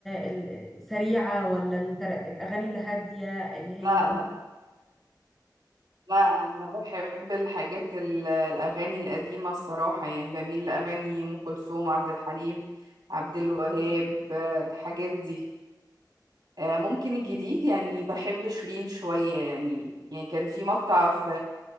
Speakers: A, in the centre; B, on the right (about 70°).
A: السريعه ولا التر... الاغاني الهاديه اللي هي
B: لا
A: ممكن
B: لا لا انا بحب الحاجات ال- الاغاني القديمه الصراحه يعني بميل لاغاني ام كلثوم عبد الحليم عبد الوهاب آه، الحاجات دي آه، ممكن الجديد يعني بحب شيرين شويه يعني يعني كان في مقطع في